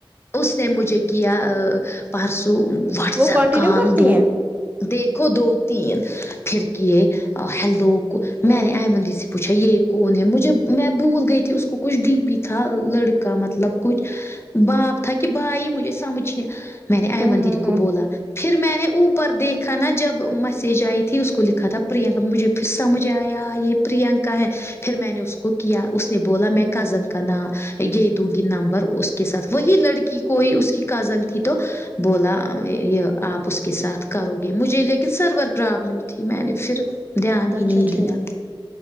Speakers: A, on the left; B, on the right.
A: اس نہ مجھے کیا پرسوں واٹسایپ
B: وہ کنٹینیو
A: کال
B: کرتی
A: دو
B: ہے
A: دیکھو دو تین پھر کیے ہیلو میں
B: ہوں
A: نے ایماند ی سے پوچھا یہ کون ہے مجھے میں بھول گئی تھی اس کو کچھ ڈی بھی تھا لڑکا مطلب کچھ باپ تھا کہ بھائی مجھے سمجھنے میں نے ایمن
B: ہوں ہوں
A: دیدی
B: ہوں
A: کو بولا پھر میں نے اوپر دیکھا نا جب میسج ائی تھی اس کو لکھا تھا پرینکا مجھے پھر سمجھ ایا یہ پرینکا ہے پھر میں نے اس کو کیا اس نے بولا میں کزن کا نام یہے دوں گی نمبر اس کے ساتھ وہی لڑکی کوئی اس کی کزن تھی تو بولا یہ اپ اس کے ساتھ کرو گے مجھے لیکن سرور پرابلم تھی میں نے پھر دھیان
B: اچھا
A: ہی نہیں
B: ٹھیک
A: دیا